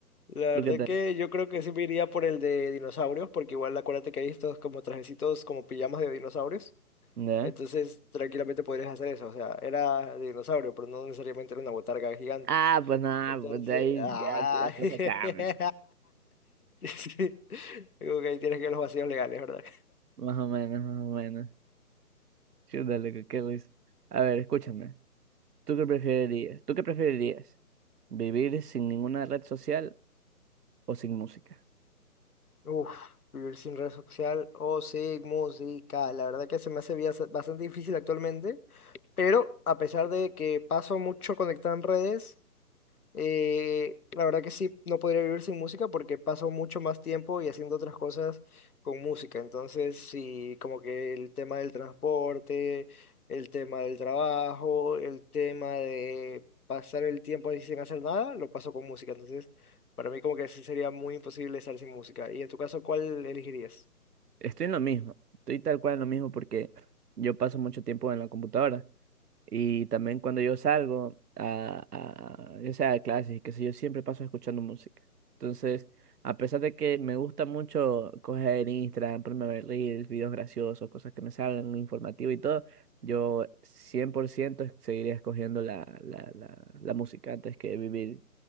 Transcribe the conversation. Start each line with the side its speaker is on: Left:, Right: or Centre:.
Left: La verdad
Right: ¿Tú qué tal?
Left: que yo creo que sí me iría por el de dinosaurios, porque igual acuérdate que hay estos como trajecitos como pijamas de dinosaurios.
Right: ¿No?
Left: Entonces, tranquilamente podrías hacer eso. O sea, era de dinosaurio, pero no necesariamente era una botarga gigante.
Right: Ah, pues nada,
Left: Entonces,
Right: pues de ahí
Left: ah,
Right: ya que la cosa
Left: <laughs>
Right: cambia.
Left: sí. Digo que ahí tienes que ver los vacíos legales, ¿verdad?
Right: Más o menos, más o menos. Chuta, loco, qué risa. A ver, escúchame. ¿Tú qué preferirías? ¿Tú qué preferirías? ¿Vivir sin ninguna red social o sin música?
Left: Uf, vivir sin red social o sin música. La verdad que se me hace vía- bastante difícil actualmente, pero a pesar de que paso mucho conectado en redes. Eh, la verdad que sí, no podría vivir sin música porque paso mucho más tiempo y haciendo otras cosas con música. Entonces, sí, como que el tema del transporte, el tema del trabajo, el tema de pasar el tiempo así sin hacer nada, lo paso con música. Entonces, para mí como que sí sería muy imposible estar sin música. Y en tu caso, ¿cuál elegirías?
Right: Estoy en lo mismo. Estoy tal cual en lo mismo porque yo paso mucho tiempo en la computadora. Y también cuando yo salgo a, a- ya sea de clases y qué sé yo, siempre paso escuchando música. Entonces, a pesar de que me gusta mucho coger Instagram, ponerme a ver reels, videos graciosos, cosas que me salgan, informativo y todo, yo 100% seguiría escogiendo la, la, la, la música antes que vivir